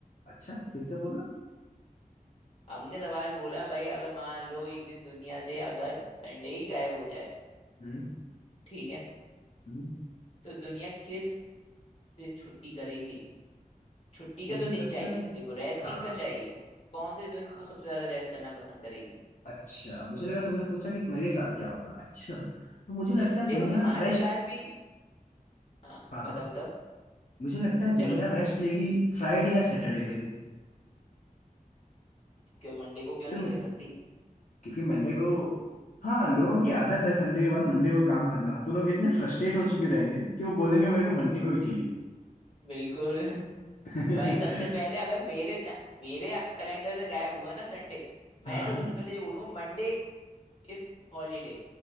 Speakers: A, on the left; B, on the left.
A: अच्छा फिर से बोलना
B: हमने सवाल बोला भाई अगर मान लो एक दिन दुनिया से अगर संडे ही गायब हो जाए
A: हम्म
B: ठीक है
A: हम्म।
B: तो दुनिया किस दिन छुट्टी करेगी छुट्टी का
A: मुझे
B: तो
A: लगता
B: दिन चाहिए
A: है
B: देखो रेस्टिंग
A: हाँ
B: का चाहिए कौन से दिन
A: हाँ,
B: वो सबसे ज्यादा रेस्ट करना पसंद करेगी
A: अच्छा मुझे लगा तुमने पूछा कि मेरे साथ क्या होगा अच्छा तो मुझे लगता है
B: देखो
A: दुनिया
B: तुम्हारे
A: रेस्ट
B: साथ भी हाँ
A: हाँ
B: बताओ
A: हाँ
B: बताओ
A: मुझे लगता है दुनिया
B: चलो
A: रेस्ट लेगी फ्राइडे या सैटरडे के दिन
B: क्यों मंडे को क्यों
A: तो
B: नहीं
A: मैं
B: ले सकती
A: क्योंकि मंडे को हाँ लोगों की आदत है संडे के बाद मंडे को काम करना तो लोग इतने फ्रस्ट्रेट हो चुके रहेंगे कि वो बोलेंगे मेरे को मंडे को ही चाहिए
B: बिल्कुल <laughs>
A: <laughs>
B: भाई सबसे पहले अगर मेरे ता- मेरे कैलेंडर से गायब हुआ ना संडे
A: हाँ
B: मैं तो
A: हाँ
B: सबसे पहले ये बोलूंगा मंडे इस हॉलीडे